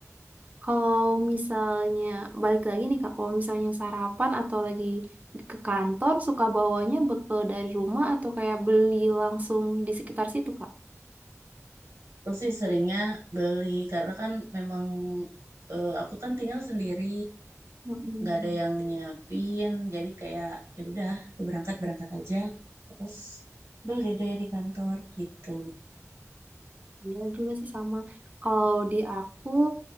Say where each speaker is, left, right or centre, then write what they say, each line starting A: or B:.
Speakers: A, on the right (about 30°); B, on the right (about 75°).
A: kalau misalnya balik lagi nih Kak, kalau misalnya sarapan atau lagi ke kantor suka bawanya bekal dari rumah atau kayak beli langsung di sekitar situ Kak?
B: Terus sih seringnya beli karena kan memang eh, aku kan tinggal sendiri,
A: Mm-mm.
B: nggak ada yang nyiapin. Jadi kayak ya udah, aku berangkat berangkat aja. Terus beli deh di kantor gitu.
A: Iya juga sih sama. Kalau di aku